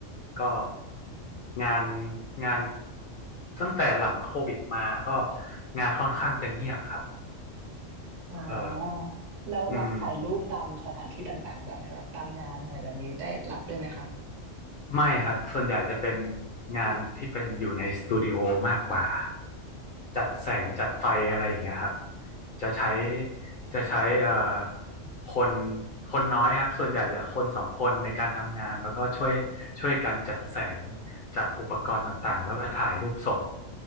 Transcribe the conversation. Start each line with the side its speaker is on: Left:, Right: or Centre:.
Left: ก็งานงานตั้งแต่หลังโควิดมาก็งานค่อนข้างจะเงียบครับ
Right: อ่าแล้วรับถ่ายรูปตามสถานที่ต่างๆบ้างไหมคะแบบตามงานอะไรแบบนี้ได้รับด้วยไหมคะ
Left: เอออืม ไม่ครับส่วนใหญ่จะเป็นงานที่เป็นอยู่ในสตูดิโอมากกว่าจัดแสงจัดไฟอะไรอย่างเงี้ยครับจะใช้จะใช้เอ่อคนคนน้อยครับส่วนใหญ่จะคนสองคนในการทำงานแล้วก็ช่วยช่วยกันจัดแสงจัดอุปกรณ์ต่างๆแล้วก็ถ่ายรูปส่ง